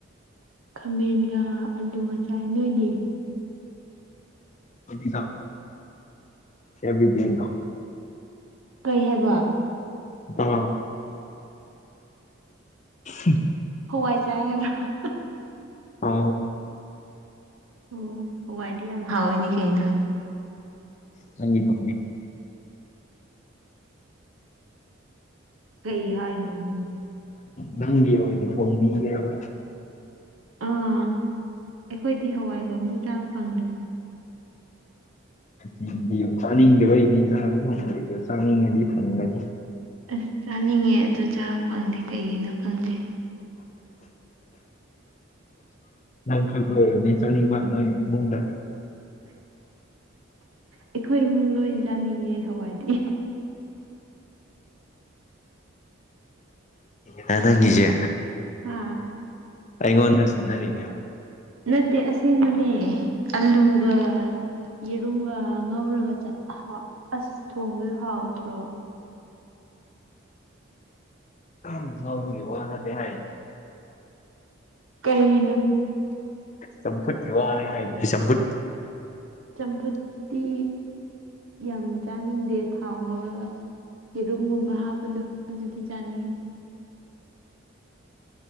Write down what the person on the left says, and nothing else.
ꯆ ꯆꯕꯗꯤ ꯀ
ꯑ ꯎꯝ
ꯍ
ꯀꯪꯤ ꯄ
ꯅꯪ ꯑꯣꯏꯅꯦ ꯐꯣꯣꯟ ꯃꯤꯦꯕ
ꯎꯝ ꯗꯤ ꯆꯥꯅꯤꯡꯗꯕꯩꯅꯤ ꯆꯥꯕ ꯐꯪꯗ꯭ꯔꯤꯗ ꯆꯥꯅꯤꯡꯉꯗꯤ ꯐꯪꯒꯅꯤ
<unintelligible> ꯂꯪ ꯈ ꯅꯦꯁꯅꯤ ꯃꯥ ꯅꯣꯏ ꯃꯗꯔ
ꯍ ꯅ ꯉꯖꯦ
ꯑꯩꯉꯣꯟꯗ ꯁꯅꯔꯤꯅꯦ
ꯍ ꯏ ꯋꯥꯅ ꯇ
ꯁꯄꯨ ꯋꯥ ꯍꯥꯏ ꯁꯄꯨ